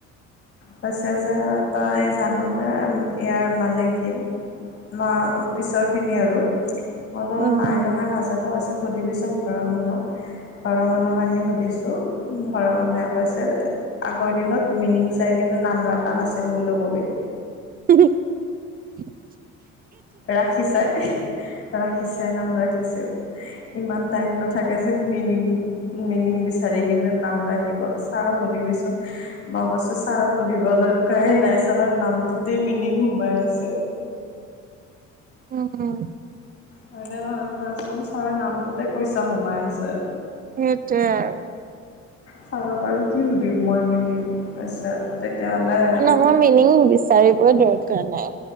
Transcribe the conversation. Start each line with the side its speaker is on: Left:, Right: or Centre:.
Left: কৈছে যে তই জাননে ইয়াৰ মানে কি মা পিছৰ খিনি আৰু অলপ
Right: উম
Left: নাই নহয় নাজানো পইছে সুধিবিচোন ঘৰৰ মানুহক ঘৰ মানুহক আহি সুধিছো ঘৰৰ মানুহে কৈছে আগৰ দিনত মিনিং চাই কিনে নাম ৰখা নাছিল বুলি কবি।
Right: উ <inaudible>
Left: ৰাখিছাই, ৰাখিছাই নাম ৰাখিছোঁ ইমান টাইম ন থাকে যে মিনিং, মিনিং বিচাৰি কিনে নাম ৰাখি ছাৰক সুধিবিচোন, মই কৈছোঁ ছাৰক সুধিবলাহে <unintelligible> নাই ছাৰৰ নামটোতেই মিনিং সোমাই আছে।
Right: উম।
Left: হয়নে নহয় চোৱাচোন, ছাৰ নামটোতে পইচা সোমাই আছে
Right: সেইটোৱে আৰু
Left: চাব পাৰো <unintelligible> কি সুধিম মই মিনিং তাৰ পিছত তেতিয়াহ'লে
Right: মই মিনিং বিচাৰিবই দৰকাৰ নাই।